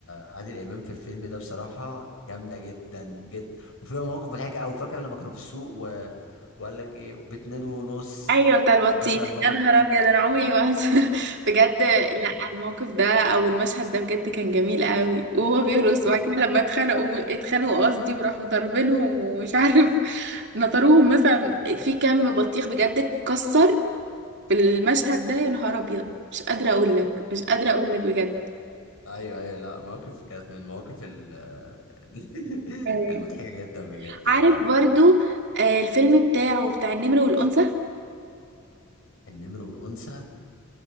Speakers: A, on the left (about 75°); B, on the right (about 55°).
A: عادل امام في الفيلم ده بصراحه جامده جدا جدا وفيها مواقف مضحكه قوي فاكر لما كانوا في السوق و... وقال لك ايه باتنين ونص
B: ايوه بتاع البطيخ
A: فاكر الموقف
B: يا نهار ابيض انا عمري ما هنسى. <laughs> بجد
A: ايوه
B: لا الموقف ده او المشهد ده بجد كان جميل قوي وهو بيرقص
A: أيوه.
B: وبعد كده لما اتخانقوا اتخانقوا قصدي وراحوا ضاربينهم ومش عارف <laughs> نطروهم مثلا في كم بطيخ بجد اتكسر في المشهد ده يا نهار ابيض مش قادره اقول لك مش قادره اقول لك بجد
A: ايوه ايوه لا مواقف كانت من المواقف ال- <laughs>
B: أيوة.
A: المضحكه جدا بجد
B: عارف
A: يعني
B: برضو آه، الفيلم بتاعه بتاع النمر والانثى
A: النمر والانثى